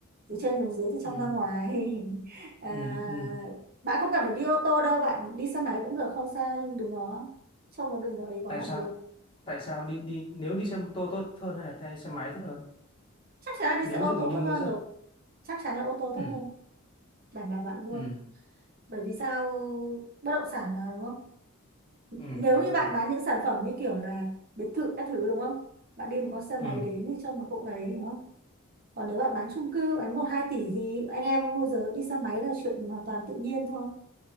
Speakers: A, on the right; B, on the left.
A: từ trên xuống dưới từ trong
B: Ừ
A: ra ngoài <laughs> à,
B: ừ ừ ừ.
A: bạn không cần phải đi ô tô đâu bạn đi xe máy cũng được không sao nhưng đừng có trông nó đừng có ấy quá
B: tại
A: là
B: sao
A: được
B: tại sao đi đi nếu đi xe mô tô tốt hơn hay là theo đi xe máy tốt hơn
A: chắc chắn là
B: nếu
A: đi xe ô
B: ví dụ mình
A: tô
B: đi
A: tốt
B: mua
A: hơn
B: dân
A: rồi chắc chắn là ô tô tốt
B: ừ
A: hơn đảm bảo bạn luôn
B: ừ
A: bởi vì sao bất động sản mà đúng không
B: ừ
A: nếu
B: đúng
A: như
B: rồi
A: bạn bán những sản phẩm như kiểu là biệt thự các thứ đúng không bạn đi một con xe máy
B: ừ
A: đến thì trông nó cũng ấy đúng không còn nếu bạn bán chung cư bán một hai tỷ thì anh em môi giới đi xe máy là chuyện hoàn toàn tự nhiên thôi